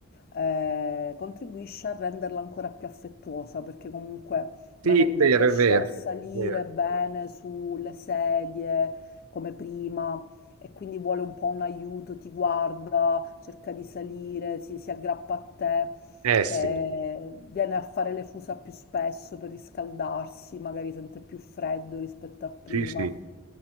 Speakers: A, on the left (about 45°); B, on the right (about 80°).
A: eh, contribuisce a renderla ancora più affettuosa perché comunque magari
B: Sì, è vero,
A: non riesce
B: è vero,
A: a salire
B: è vero.
A: bene sulle sedie come prima e quindi vuole un po' un aiuto, ti guarda, cerca di salire, si, si aggrappa a te.
B: Eh sì,
A: eh, viene a fare le fusa più spesso per riscaldarsi, magari sente più freddo rispetto a prima
B: sì, sì.